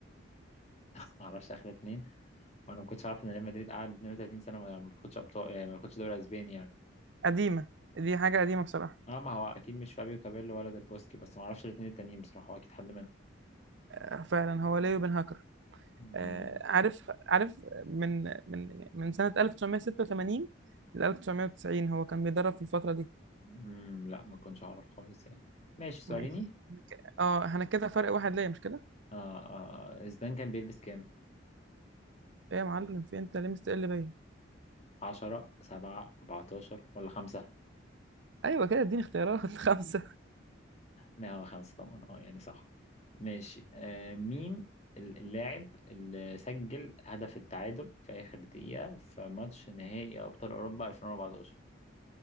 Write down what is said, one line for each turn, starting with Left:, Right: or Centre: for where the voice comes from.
Left: <laughs> ما اعرفش اخر اتنين وانا ما كنتش عارف ان ريال مدريد قعد 32 سنه ما ما بياخدش ابطال آه، ما بياخدش دوري اسباني يعني
Right: قديمة دي حاجة قديمة بصراحة
Left: اه ما هو اكيد مش فابيو كابيلو ولا ديل بوسكي بس ما اعرفش الاتنين التانيين بصراحه هو اكيد حد منهم
Right: آه، فعلا هو ليو بن هاكر
Left: امم
Right: آه، عارف عارف من من من سنة 1986 ل 1990 هو كان بيدرب في الفترة دي
Left: امم لا ما كنتش اعرف خالص يعني ماشي سؤاليني
Right: ماشي إحنا ك- اه احنا كده فرق واحد ليا مش كده
Left: آه آه زيدان كان بيلبس كام
Right: ايه يا معلم في انت ليه مستقل بيا
Left: 10 7 14 ولا 5
Right: ايوه كده اديني اختيارات <laughs> خمسه
Left: لا هو خمسة طبعا اه يعني صح ماشي آه مين ال- اللاعب اللي سجل هدف التعادل في آخر دقيقة في ماتش نهائي أبطال أوروبا 2014